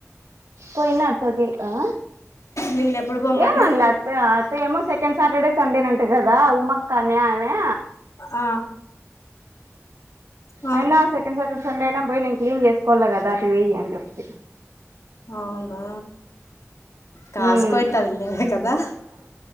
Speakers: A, on the right; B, on the left.
A: పోయినారు తొగేకి ఆ
B: నిన్ను ఎప్పుడు పొమ్మనే
A: ఏమన్లే అత్తయ్య ఏమో సెకండ్ సాటర్డే సండేనంట కదా ఉమక్కనే అనే
B: ఆ ఆ
A: అయినా సెకండ్ సాటర్డే సండే అయినా పోయి నేను క్లీన్ చేసుకోవాలి కదా అటు పోయ్యి అని చెప్తి
B: అవునా కాస్కోయిట్దిలి
A: మ్మ్
B: కదా